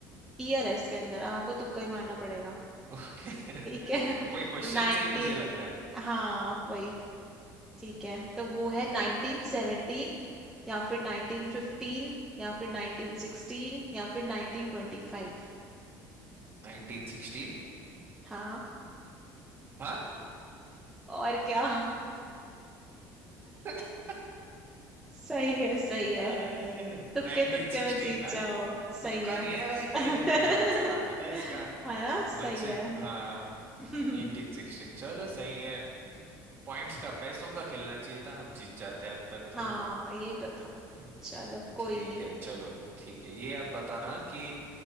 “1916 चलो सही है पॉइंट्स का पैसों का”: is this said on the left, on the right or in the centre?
Right